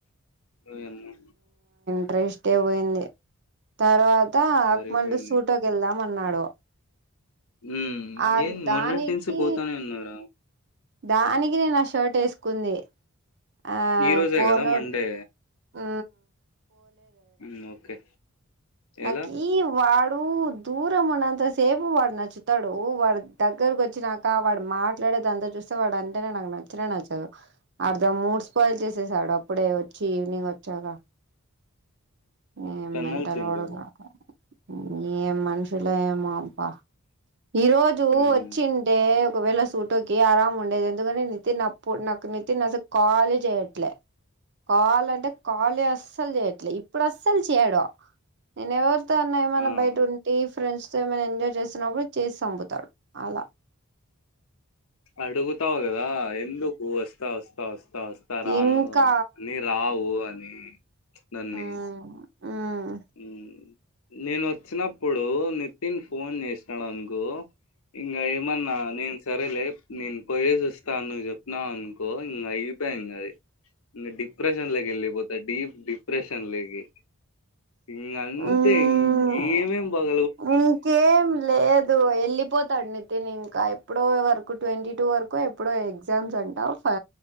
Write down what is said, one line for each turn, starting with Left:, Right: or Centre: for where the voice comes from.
Left: ఓయమ్మో
Right: <unintelligible> పోయింది. తర్వాతా
Left: సరిపోయింది
Right: మళ్ళి సూటోకి వెళ్దాం అన్నాడు.
Left: ఊ
Right: ఆ
Left: ఏంద్
Right: దానికి
Left: మొన్నటి నుంచి పోతానే ఉన్నారా.
Right: దానికి నిన్న ఆ షర్ట్ ఏసుకుంది. ఆ
Left: ఈ రోజే
Right: పోను
Left: కదా మండే
Right: ఆ
Left: ఊ ఓకే
Right: నాకిీ
Left: ఎలా
Right: వాడ్ ఊ దూరం ఉన్నంత సేపు వాడు నచ్చుతాడూ. వాడు దగ్గరకు వచ్చినాకా వాడు మాట్లాడ్ <unintelligible> దాంతో చూస్తే వాడు అంటనే నాకు నచ్చనే నచ్చదు. అర్ధ మూడ్ స్పాయిల్ చేశేసాడు అప్పుడే వచ్చి ఈవినింగ్ వచ్చాగా ఏం
Left: టన్నల్స్
Right: మెంటలోడు
Left: ఏంటివి
Right: <inaudible> ఏం మనుషులో ఏమొ అబ్బా. ఈ రోజూ
Left: ఉమ్,
Right: వచ్చింటే ఒకవేళ స్ ఫోటోకి ఆరాం ఉండేది. ఎందుకని నితిన్ అప్పుడు నాకు నితిన్ అసల్ కాలే చేయ్యట్లే. కాల్ అంటే కాలే అస్సల్ చేయట్లే. ఇప్ ఇప్పుడ్ అస్సల్ చేయడూ. నేను ఎవరితో అన్నా ఏమన్నా
Left: ఆ
Right: బయట ఉంటీ ఫ్రెండ్స్ సో ఏమైనా ఎంజాయ్ చేస్తునప్పుడు చేసి సంపుతాడు అలా.
Left: అడుగుతావు గదా ఎందుకు వస్తా వస్తా వస్త్ స్తా వస్తా రానూ
Right: ఇంకా
Left: నీ రావు అనీ. నన్నీ
Right: మ్మ్ మ్మ్
Left: ఊ నేను వచ్చినప్పుడూ నితిన్ ఫోన్ చేశినాడు అనుకో ఇంగ ఏమన్నా నేన్ సరేలే నేను పోయేసి వస్తాను నువ్వు చెప్న్నావు అనుకో ఇంగ అయిప్ పోయింది అది. ఇంగ డిప్రెషన్లో కి ఎళ్ళిపోతాడ్ డీప్ డిప్రెషన్లోకి. ఇంగంతే
Right: మ్మ్
Left: ఇంగేమేమ్ పల్
Right: ఇంకేం లేదు ఎళ్ళిపోత్ తాడు నితిన్ ఇంకా. ఎప్పుడో వరకు ట్వంటీ టూ వరకో ఎప్పుడో ఎగ్జామ్స్ అంటా ఫా